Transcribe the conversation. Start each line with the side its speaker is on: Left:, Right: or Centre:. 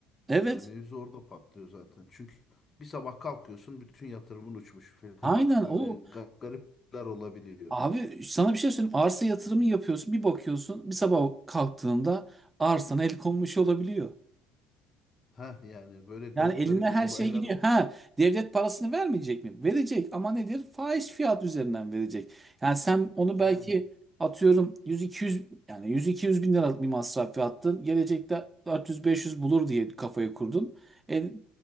Right: Evet.
Left: Ya mevzu orada patlıyor zaten. Çünkü bir sabah kalkıyorsun bütün yatırımın uçmuş falan.
Right: Aynen
Left: <laughs> Böyle
Right: o.
Left: ga- garipler olabiliyor.
Right: Abi sana bir şey söyleyeyim. Arsa yatırımı yapıyorsun. Bir bakıyorsun. Bir sabah kalktığında arsana el konmuş olabiliyor.
Left: Ha yani böyle garip
Right: Yani eline
Left: garip
Right: her
Left: <laughs> olaylar
Right: şey gidiyor. Ha, devlet parasını vermeyecek mi? Verecek ama nedir? Fahiş fiyat üzerinden verecek. Yani sen onu belki
Left: aynen.
Right: atıyorum 100-200 yani 100-200 bin liralık bir masraf yaptın. Gelecekte 400-500 bulur diye kafayı kurdun. E,